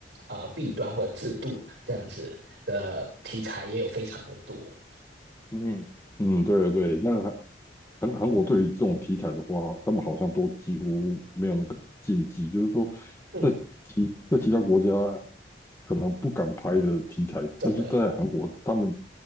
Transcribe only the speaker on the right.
啊、呃弊端或者制度这样子的题材也有非常的多。
嗯，
真的